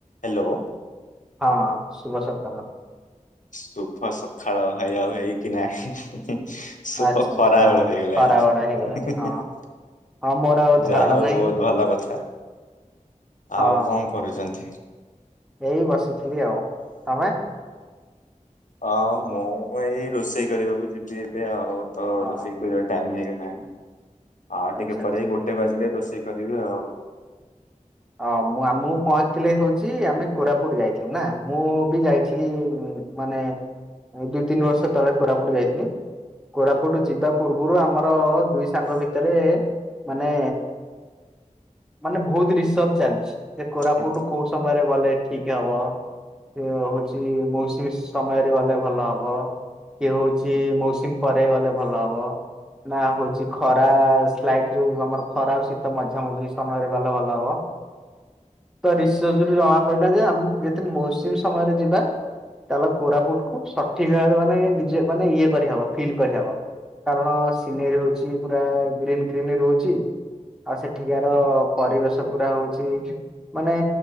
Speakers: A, on the left; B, in the centre.
A: Hello.
B: ହଁ ସୁଭ ସକାଳ।
A: ଶୁଭ ସଖାଳ ଭାଇ ଆଉ ହେଇକି ନାହିଁ। <unintelligible> ସୁପ
B: ଆଚ୍ଛା
A: ଖରାବେଳ
B: ଆଚ୍ଛା ହଁ
A: ହେଇଗଲାଣି।
B: ଖରାବେଳ ହେଇଗଲାଣି
A: <unintelligible>
B: ହଁ ହଁ ମୋର ଆଉ ଧାରଣା
A: ଯାହା ହୋଉ
B: ନାହିଁ
A: ବୋହୁତ ଭଲ କଥା ଆଉ
B: ହଁ
A: କଁ କରୁଚନ୍ତି।
B: ଏଇ ବସିଥିଲି ଆଉ ତମେ।
A: ହଁ ମୁଁ ଏଇ ରୋଷେଇ କରିବାକୁ ଯିବି ଏବେ ଆଉ ତ
B: ହଁ
A: ରୋଷେଇ କରିବା ଟାଇମ୍ ହେଇଗଲାଣି ଆଉ
B: ଆଚ୍ଛା
A: ଟିକେ
B: ଆଚ୍ଛା।
A: ପରେ ଏଇ ଗୋଟେ ବାଜିଲେ ରୋଷେଇ କରିବି ଆଉ।
B: ହଁ ମୁଁ ଆମୁକୁ ପହଞ୍ଚିଥିଲି ହୋଉଚି ଆମେ କୋରାପୁଟ ଯାଇଥିଲେ ନା ମୁଁ ବି ଯାଇଥିଲି। ମାନେ ଦୁଇ ତିନି ବର୍ଷ ତଳେ କୋରାପୁଟ ଯାଇଥିଲି। କୋରାପୁଟୁ ଯିବା ପୂର୍ବୁରୁ ଆମର ଦୁଇ ସାଙ୍ଗ ଭିତରେ। ମାନେ ମାନେ ବୋହୁତୁ ଡିସ୍ <unintelligible> ଚାଲଛି ଯେ କୋରାପୁଟୁ
A: ହୁଁ
B: କୋଉ ସମୟରେ ଗଲେ ଠିକ ହବ। କିଏ ହୋଉଛି ମୌସୁମୀ ସମୟରେ ଗଲେ ଭଲ ହବ। କିଏ କୋହୁଛି ମୌସୁମୀ ପରେ ଗଲେ ଭଲ ହବ। ନା ହୋଉଛି ଖରା ସ୍ଲାଇଟ୍ ଯୋଉ ଆମର ଖରା ଆଉ ଶୀତ ମଝା ମଝି ସମୟରେ ଗଲେ ଭଲ ହବ। ତ ରିସର୍ଚ୍ ରୁ ଜଣା ପଇଲା ଯେ ଆମୁକୁ <unintelligible> ମୌସୁମୀ ସମୟରେ ଯିବା ତାହେଲେ କୋରାପୁଟ କୁ ସଠିକ ଭାବରେ ମାନେ ନିଜେ ମାନେ ଇଏ କରିହବ ଫିଲ୍ କରିହବ। କାରଣ ସିନେରୀ ହୋଉଛି ପୁରା ଗ୍ରୀନ୍ ଗ୍ରୀନ ରୋହୁଚି। ଆଉ ସେଠିକାର ପରିବେଶ ପୁରା ହୋଉଚି। ମାନେ